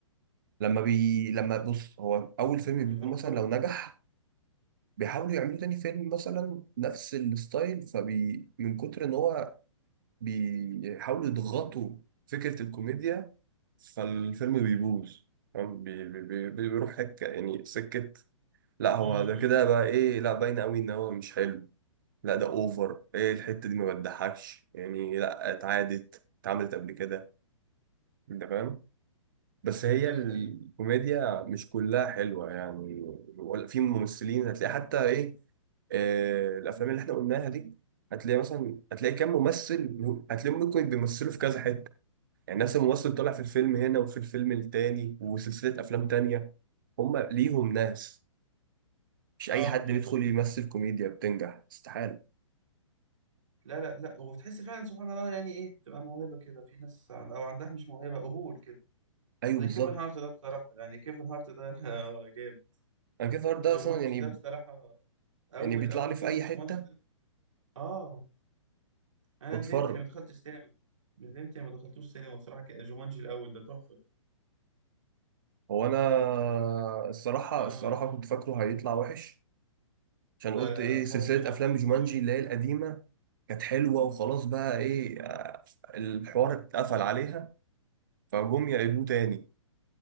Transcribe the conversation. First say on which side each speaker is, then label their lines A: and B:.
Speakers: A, on the right; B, on the right.
A: لما بي لما بص هو أول فيلم
B: بيأفروا
A: بيكون مثلا لو نجح بيحاولوا يعملوا تاني فيلم مثلا نفس الستايل فبي من كتر ان هو بيحاولوا يضغطوا فكرة الكوميديا فالفيلم بيبوظ فاهم؟ بي- بي- بي- بيروح حك يعني سكة لا هو
B: امم
A: ده
B: إمم.
A: كده بقى ايه لا باين قوي ان هو مش حلو لا ده اوفر ايه الحتة دي ما بتضحكش يعني لا اتعادت اتعملت قبل كده انت فاهم بس هي
B: لا
A: الكوميديا
B: دي حقيقة
A: مش كلها حلوة يعني ولا في ممثلين هتلاقي حتى ايه آه الافلام اللي احنا قلناها دي هتلاقي مثلا هتلاقي كام ممثل هتلاقيهم ممكن بيمثلوا في كذا حتة يعني نفس الممثل طلع في الفيلم هنا وفي الفيلم التاني وسلسلة أفلام تانية هم ليهم ناس مش
B: اه
A: أي حد
B: مظبوط
A: بيدخل يمثل كوميديا بتنجح استحالة
B: لا لا لا وبتحس فعلا سبحان الله يعني ايه تبقى موهبة كده في ناس عن- او عندها مش موهبة قبول كده
A: أيوه
B: زي
A: بالظبط
B: كيفن هارت ده بصراحة يعني كيفن هارت ده <laughs> آه، جامد
A: أنا كيف النهارده
B: جومانجي
A: ده أصلا يعني
B: ده بصراحة اول
A: يعني بيطلع
B: اول
A: لي في
B: جزء
A: أي
B: جومانجي
A: حتة
B: ده اه انا
A: بتفرج
B: ندمت اني ما دخلتش سينما ندمت اني ما دخلتوش سينما بصراحة ك- جومانجي الاول ده تحفة
A: هو أنا الصراحة
B: اه
A: الصراحة كنت فاكره هيطلع وحش عشان
B: لا
A: قلت
B: لا
A: إيه
B: لا ظبط
A: سلسلة
B: منهم
A: أفلام
B: ظبطة
A: جومانجي
B: حلوة
A: اللي هي القديمة كانت حلوة وخلاص بقى إيه الحوار اتقفل عليها فجم يعيدوه تاني